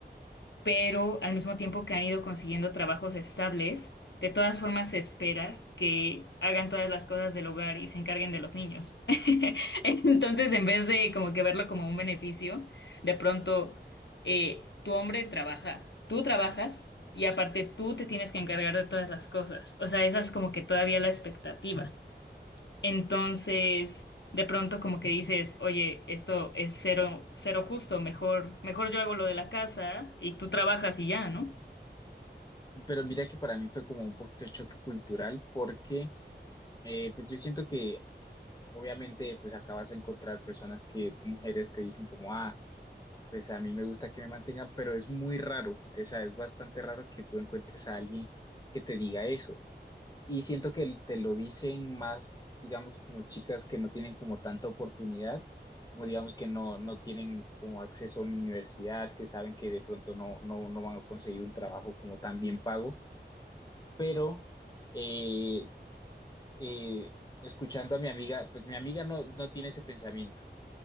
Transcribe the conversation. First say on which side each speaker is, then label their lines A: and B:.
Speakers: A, on the left; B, on the left.
A: pero al mismo tiempo que han ido consiguiendo trabajos estables, de todas formas se espera que hagan todas las cosas del hogar y se encarguen de los niños. <laughs> Entonces, en vez de como que verlo como un beneficio, de pronto eh, tu hombre trabaja, tú trabajas y aparte tú te tienes que encargar de todas las cosas. O sea, esa es como que todavía la expectativa. Entonces, de pronto como que dices, oye, esto es cero, cero justo, mejor, mejor yo hago lo de la casa y tú trabajas y ya, ¿no?
B: Pero mira que para mí fue como un poquito de choque cultural porque eh, pues yo siento que obviamente pues acabas de encontrar personas que, mujeres que dicen como, ah, pues a mí me gusta que me mantengan, pero es muy raro, o sea, es bastante raro que tú encuentres a alguien que te diga eso. Y siento que te lo dicen más, digamos, como chicas que no tienen como tanta oportunidad, como digamos que no, no tienen como acceso a una universidad, que saben que de pronto no, no, no van a conseguir un trabajo como tan bien pago, pero eh, eh, escuchando a mi amiga, pues mi amiga no, no tiene ese pensamiento,